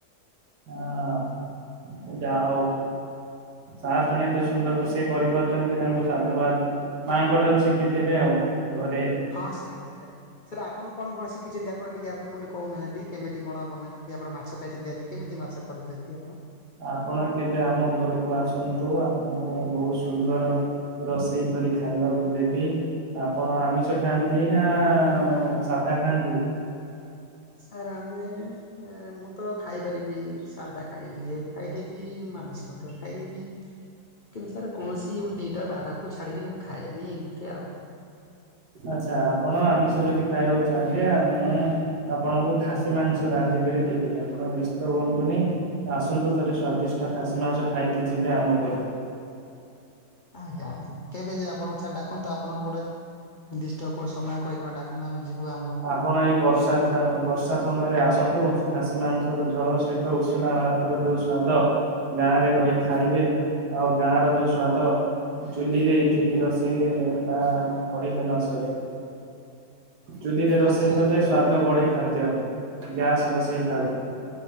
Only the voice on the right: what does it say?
ହଁ ଯାହା ହଉ ସାର୍ ଜଣେ ଏତେ ସୁନ୍ଦର ରୋଷେଇ କରିପାରୁଛନ୍ତି ତାଙ୍କୁ ସାଧୁବାଦ। ମାଆଙ୍କ ଠାରୁ ଶିଖିଥିବେ ଆଉ ଘରେ?
ଆପଣ କେବେ ଆମ ଘରକୁ ଆସନ୍ତୁ ଆପଣଙ୍କୁ ମୁଁ ବହୁତ ସୁନ୍ଦର, ରୋଷେଇ କରି ଖାଇବାକୁ ଦେବି। ଆପଣ ଆମିଷ ଖାଆନ୍ତି ନା ସାଧା ଖାଆନ୍ତି?
ଆଚ୍ଛା ଆପଣ ଆମିଷ ଯଦି ଖାଇବାକୁ ଚାହାନ୍ତି ଆ ମୁଁ ଆପଣଙ୍କୁ ଖାସି ମାଂସ ରାନ୍ଧିକରି ଦେବି ଆପଣ ବ୍ୟସ୍ତ ହୁଅନ୍ତୁନି। ଆସନ୍ତୁ ଥରେ ସ୍ଵାଦିଷ୍ଟ ଖାସି ମାଂସ ଖାଇକି ଯିବେ ଆମ ଘରୁ।
ଆପଣ ଏଇ ବର୍ଷ ସ ବର୍ଷା ସମୟରେ ଆସନ୍ତୁ ଖାସି ମାଂସର ଝଳ ସହିତ ଉଷୁନା ଭାତର ଯୋଉ ସ୍ଵାଦ। ଗାଁ ରେ ରହି ଖାଇବେ ଆଉ ଗାଁ ର ଯୋଉ ସ୍ଵାଦ ଚୁଲିରେ ଚୁଲି ରୋଷେଇରେ ତା କହିଲେ ନ ସରେ। ଚୁଲିରେ ରୋଷେଇ
କଲେ
ସ୍ୱାଦ ବଢ଼େ ଖାଦ୍ୟର ଗ୍ୟାସ୍ ରୋଷେଇଠାରୁ।